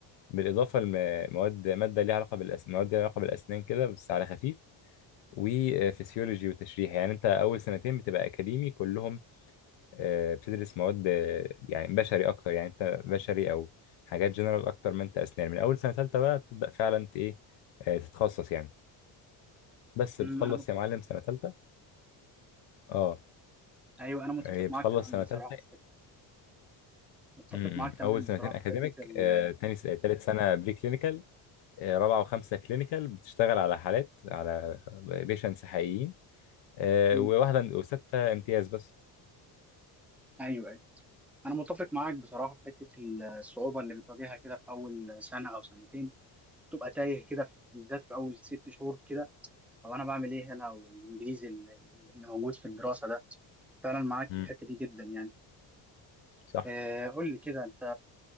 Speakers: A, on the left (about 70°); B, in the centre.
A: بالإضافة لمواد مادة ليها علاقة بالأسنان مواد ليها علاقة بالأسنان كده بس على خفيف وفسيولوجي وتشريح يعني أنت أول سنتين بتبقى أكاديمي كلهم آه، بتدرس مواد آه، يعني بشري اكتر يعني انت بشري او حاجات جنرال اكتر ما انت اسنان من اول سنه ثالثه بقى بتبدا فعلا انت ايه آه، تتخصص يعني بس
B: م-
A: بتخلص
B: انا مت...
A: يا معلم سنه ثالثه اه
B: ايوه انا متفق
A: هي بتخلص
B: معاك تماما
A: سنه
B: بصراحة
A: ثالثه
B: في حتة متفق
A: امم
B: معاك تماما
A: اول سنتين
B: بصراحة
A: اكاديميك
B: في حتة ال
A: آه، تاني ثالث سنه بري كلينيكال آه، رابعه وخمسه كلينيكال بتشتغل على حالات على بيشنتس حقيقيين آه،
B: م.
A: وواحده وسته امتياز بس
B: ايوه ايوه انا متفق معاك بصراحة في حتة الصعوبة اللي بتواجهها كده في أول سنة أو سنتين تبقى تايه كده في- بالذات في أول ست شهور كده او انا بعمل ايه هنا والانجليزي ال- ال- اللي موجود في الدراسه ده فعلا معاك
A: امم
B: في الحته دي جدا يعني
A: صح
B: آه، قول لي كده انت